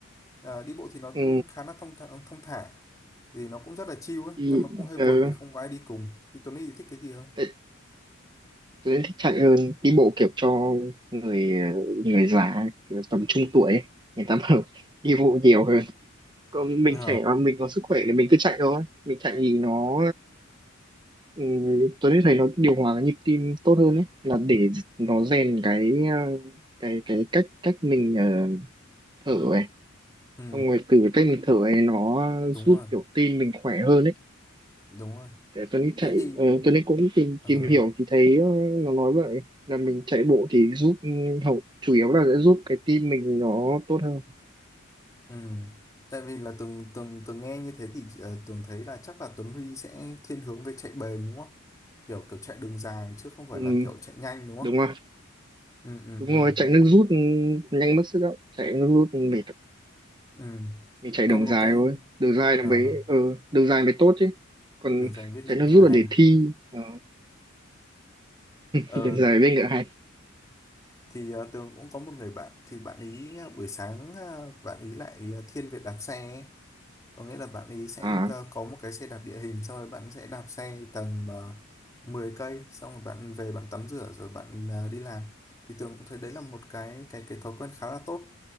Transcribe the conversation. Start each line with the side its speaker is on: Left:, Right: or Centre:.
Left: Ờ, đi bộ thì nó
Right: Ừ.
Left: cũng khá là thông thả, thông thả thì nó cũng rất là chill ấy
Right: Thì,
Left: nhưng mà cũng hơi
Right: ờ,
Left: buồn vì không có ai đi cùng thì Tuấn Huy thì thích cái gì hơn
Right: tại Tuấn thích chạy hơn. Đi bộ kiểu cho người người già kiểu tầm trung tuổi ấy. Người ta bảo <laughs> đi bộ nhiều hơn. Còn mình
Left: Ờ,
Right: trẻ mà mình có sức khỏe thì mình cứ chạy thôi. Mình chạy thì nó Ừ, Tuấn thì thấy nó điều hòa cái nhịp tim tốt hơn ấy là để nó rèn cái ờ, cái cái cách cách mình ờ, thở ấy
Left: ừ,
Right: xong rồi từ cái cách mình thở ấy nó
Left: đúng
Right: giúp
Left: rồi
Right: kiểu tim mình khỏe hơn ấy
Left: đúng rồi
Right: để Tuấn đi
Left: thế
Right: chạy
Left: thì
Right: ờ, Tuấn đi cũng tìm
Left: ờ,
Right: tìm hiểu thì thấy ờ, nó nói vậy là mình chạy bộ thì giúp ừ, hậu chủ yếu là sẽ giúp cái tim mình nó tốt hơn
Left: ừ. tại vì là tường tường tường nghe như thế thì ờ, tường thấy là chắc là Tuấn Huy sẽ thiên hướng về chạy bền đúng không kiểu kiểu chạy đường dài chứ không phải
Right: ừ,
Left: là kiểu chạy nhanh đúng không
Right: đúng rồi
Left: ừ ừ
Right: đúng
Left: ừ
Right: rồi chạy nước rút ừ, nhanh mất sức đâu chạy nước rút mệt
Left: ừ
Right: mình chạy
Left: còn
Right: đường
Left: một
Right: dài
Left: cái
Right: thôi đường dài nó
Left: ờ,
Right: mới ờ, đường dài mới tốt chứ còn
Left: đường dài biết
Right: chạy
Left: nước
Right: nước
Left: ngựa
Right: rút
Left: hay
Right: là để
Left: à?
Right: thi ờ,
Left: Ờ,
Right: đường dài với ngựa hay
Left: thì ờ, tường cũng có một người bạn thì bạn ý ờ, buổi sáng ờ, bạn ý lại ờ, thiên về đạp xe ấy. có nghĩa là bạn ấy sẽ
Right: à
Left: cơ- có một cái xe đạp địa hình xong rồi bạn sẽ đạp xe tầm ờ, 10 cây xong rồi bạn về bạn tắm rửa rồi bạn ờ, đi làm thì Tường cũng thấy đấy là một cái cái cái thói quen khá là tốt